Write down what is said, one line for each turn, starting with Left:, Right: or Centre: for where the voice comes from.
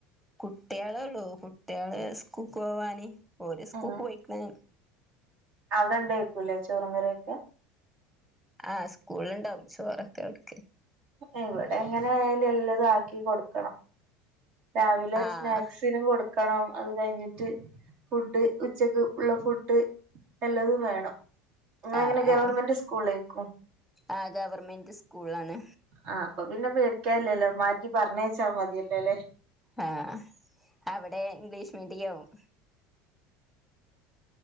Centre: കുട്ടേളൊള്ളൂ കുട്ട്യാള് സ്കൂൾക്ക് പോവാന് ഓര് സ്കൂൾക്ക്
Right: ഉം
Centre: പോയിക്ക്ണ്.
Right: അവിടെ ഉണ്ടേക്കൂല്ലേ ചോറും കറിയൊക്കെ
Centre: ആഹ് സ്കൂളിലുണ്ടാവും ചോറൊക്കെ അവര്ക്ക്.
Right: ഇവിടെ എങ്ങനെയാലും എല്ലതും ആക്കി കൊടുക്കണം രാവിലെ
Centre: ആഹ്
Right: സ്നാക്സ് ത്തിന് കൊടുക്കണം അത് കഴിഞ്ഞിട്ട് ഫുഡ് ഉച്ചക്ക് ഉള്ള ഫുഡ് എല്ലാതും വേണം. നിങ്ങളെങ്ങനെ
Centre: ആഹ്
Right: ഗവൺമെന്റ്
Centre: ആഹ്
Right: സ്കൂളിലേക്കും
Centre: ആഹ് ഗവർൺമെന്റ് സ്കൂളിലാണ്.
Right: ആഹ് അപ്പൊ പിന്നെ പേടിക്കാല്ലല്ലോ മാറ്റി പറഞ്ഞയച്ചാ മതിയല്ലോല്ലേ.
Centre: ആഹ് അവിടെ ഇംഗ്ലീഷ് മീഡിയാവും